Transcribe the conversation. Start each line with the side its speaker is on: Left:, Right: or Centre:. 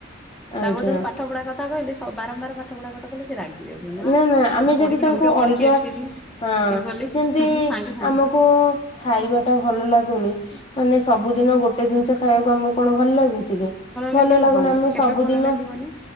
Left: ଆଜ୍ଞା।
Centre: ତାଙ୍କୁ ଧର ପାଠ ପଢା କଥା କହିଲେ ବାରମ୍ବାର ପାଠ ପଢା କଥା ଥା କହିଲେ ସେ ରାଗି ଯାଉଚନ୍ତି, ନାଇଁ
Left: ନା ନା ଆମେ
Centre: ମୁଁ
Left: ଯଦି
Centre: ପଢିବିନି
Left: ତାଙ୍କୁ
Centre: ଅଉତୁଆ ପଢିକି
Left: ଅଲଗା
Centre: ଆସିଲି।
Left: ହଁ
Centre: ଇଏ କଲି
Left: ଯେମତି
Centre: ସାଙ୍ଗେ ସାଙ୍ଗେ
Left: ଆମକୁ ଖାଇବା ଟା ଭଲ ଲାଗୁନି। ମାନେ ସବୁଦିନ ଗୋଟେ ଜିନିଷ ଖାଇବାକୁ ଆମକୁ କଣ ଭଲ ଲାଗୁଚି କି?
Centre: ଲାଗିବ
Left: ଭଲ ଲାଗୁନି।
Centre: କଣ
Left: ଆମେ
Centre: କେବେ
Left: ସବୁଦିନ
Centre: ଭଲ ଲାଗିବନି